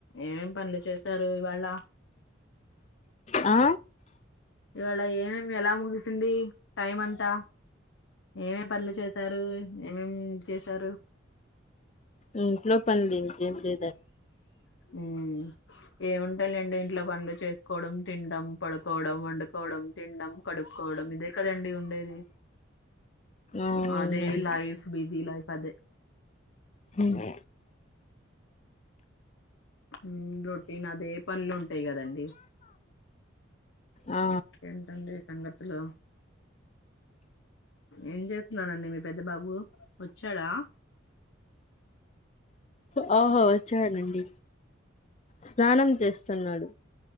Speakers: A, on the left; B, on the left.
A: ఏమేం పనులు చేసారు ఇవాళ
B: ఆ
A: ఇవాళ ఏమేం ఎలా ముగిసింది టైం అంతా ఏమేం పనులు చేసారు ఏమేం చేసారు
B: ఇంట్లో పనిది ఇంకేం లేదా
A: మ్ ఏవం అంతే లేండి ఇంట్లో పనులు చేసుకోవడం తినడం పడుకోవడం వండుకోవడం తినడం కడుక్కోవడం ఇదే కదండి ఉండేది
B: అవునండి
A: అదే లైఫ్ బిజీ లైఫ్ అదే
B: మ్
A: మ్ రొటీన్ అదే పనులు ఉంటాయి కదండి
B: ఆ
A: ఇంకెంటండి సంగతులు ఏం చేస్తున్నానండి మీ పెద్ద బాబు వచ్చాడా
B: హ వచ్చాడండి స్నానం చేస్తున్నాడు